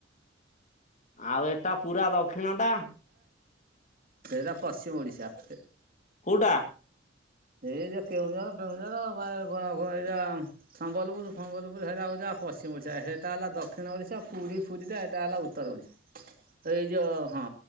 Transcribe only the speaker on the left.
ଆଉ ଏଟା ପୁରା ଦକ୍ଷିଣଟା।
କୋଉଟା?